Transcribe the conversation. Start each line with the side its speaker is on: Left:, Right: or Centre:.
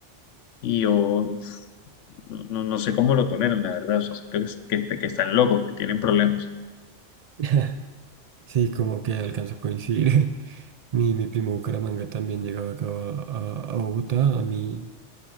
Left: Y yo uf, no, no sé cómo lo toleran, la verdad, o sea, siento que, que, que están locos, que tienen problemas. <laughs>
Right: <laughs> Sí, como que alcanzo a coincidir. <laughs> Mi, mi primo Bucaramanga también llegaba acá a, a Bogotá, a mi,